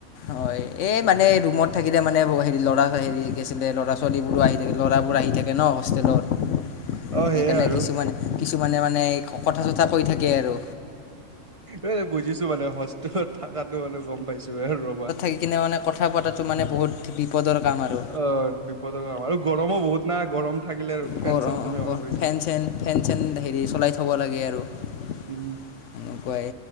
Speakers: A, on the left (about 70°); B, on the right (about 30°).
A: হয়। এই মানে ৰুমত থাকিলে মানে হেৰি ল'ৰা হেৰি ল'ৰা ছোৱালীবোৰো আহি থাকে, ল'ৰাবোৰ আহি থাকে ন। হোষ্টেলত।
B: অ
A: সেইকাৰণে
B: সেয়াই আৰু
A: কিছুমান-কিছুমানে মানে কথা চথা কৈ থাকে আৰু।
B: ঐ বুজিছো মানে স থাকাতটো মানে গম পাইছোৱে ৰবা।
A: দি কিনে মানে কথা পতাটো মানে বহুত বিপদৰ কাম
B: অ,
A: আৰু
B: বিপদৰ গম আৰু গৰমো বহুত না গৰম। থাকিলে ফেন
A: গৰ
B: চেন
A: অ'
B: তুমি অন
A: গৰ
B: কৰি
A: ফেন চেন, ফেন চেন হেৰি চলাই থ'ব লাগে আৰু। সেনেকুৱাই।
B: উম